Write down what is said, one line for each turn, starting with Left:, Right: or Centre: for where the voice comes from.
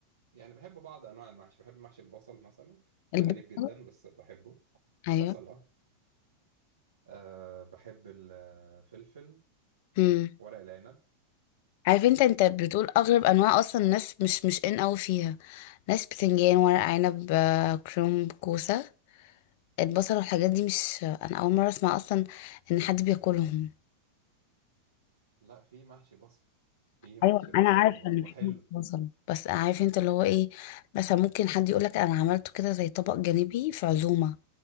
Right: يعني بحب بعض انواع المحشي بحب محشي البصل مثلا ده
Left: البيضة
Right: غريب جدا بس بحبه
Left: ايوه
Right: بصل اه, أه بحب الفلفل
Left: امم
Right: ورق العنب
Left: عارف انت انت بتقول اغرب انواع اصلا الناس مش مش ان اوي فيها ناس بتنجان ورق عنب آه، كرنب كوسه البصل والحاجات دي مش انا اول مره اسمع اصلا ان حد بياكلهم
Right: لا في محشي بصل في محشي
Left: ايوه
Right: بصل
Left: انا عارفه
Right: و-
Left: ان في
Right: وحلو
Left: ناس بصل بس عارف انت اللي هو ايه مثلا ممكن حد يقولك انا عملته كده زي طبق جانبي في عزومه